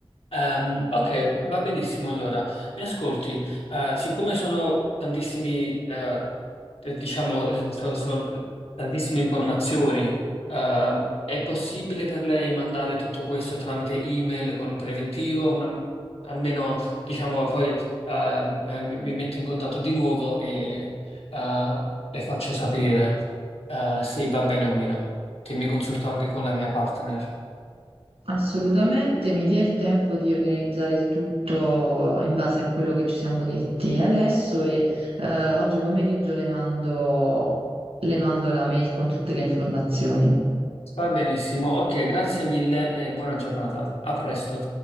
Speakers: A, on the left; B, on the right.
A: Ehm, ok, va benissimo allora. Mi ascolti? Eh, siccome sono tantissimi, eh, eh, diciamo, eh, so- sono, tantissime informazioni, eh, è possibile per lei mandare tutto questo tramite email con un preventivo, ma almeno, diciamo, poi eh, eh, mi, mi metto in contatto di nuovo e eh, le faccio sapere eh, se va bene o meno, che mi consulto anche con la mia partner.
B: Assolutamente, mi dia il tempo di organizzare il tutto in base a quello che ci siamo detti adesso e eh, oggi pomeriggio le mando, le mando la mail con tutte le informazioni.
A: Va benissimo, ok, grazie mille e buona giornata. A presto.